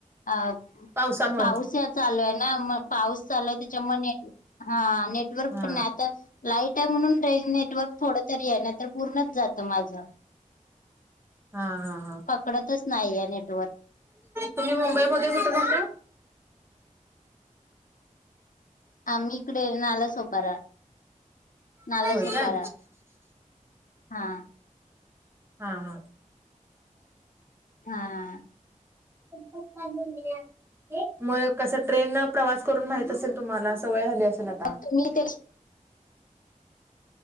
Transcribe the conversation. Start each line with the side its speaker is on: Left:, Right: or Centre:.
Left: आ
Right: पावसामुळे
Left: पाऊस यात चालू आहे ना मग पाऊस चालूय त्याच्यामुळे न हा नेटवर्क
Right: हा
Left: पण आता लाईट आहे म्हणून रे नेटवर्क थोडं तरी आहे ना तर पूर्णच जातं माझा.
Right: हा हा हा.
Left: पकडतच नाहीये नेटवर्क.
Right: तुम्ही मुंबई मध्ये कुठं राहता?
Left: आम्ही इकडे नाला सोपारा, नाला
Right: होय
Left: सोपारा.
Right: काय
Left: हा.
Right: हा हा.
Left: हा.
Right: <unintelligible> मय कसं ट्रेनला प्रवास करून माहित असेल तुम्हाला सवय झाली अस तुला का
Left: मग तुम्ही ते